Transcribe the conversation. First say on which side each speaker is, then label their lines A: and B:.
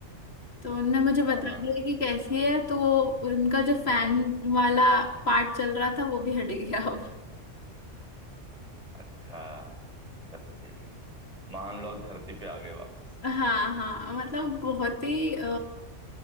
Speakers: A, on the left; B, on the right.
A: तो उनने मुझे बता
B: हाँ हाँ
A: दिया कि कैसी है तो वो उनका जो फैन वाला पार्ट चल रहा था वो भी हट गया अब
B: अच्छा चलो ठीक है महान लोग धरती पे आ गए वापस
A: हाँ हाँ मतलब बहुत ही अ,